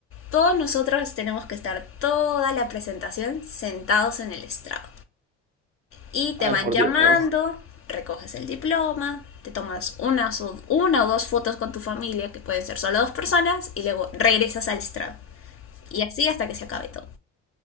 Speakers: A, on the left; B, on the right.
A: todos nosotros tenemos que estar toda la presentación sentados en el estrado. y te
B: Ay,
A: van
B: por
A: llamando,
B: Dios.
A: recoges el diploma, te tomas una, o- una o dos fotos con tu familia, que pueden ser solo dos personas, y luego regresas al estrado. Y así hasta que se acabe todo.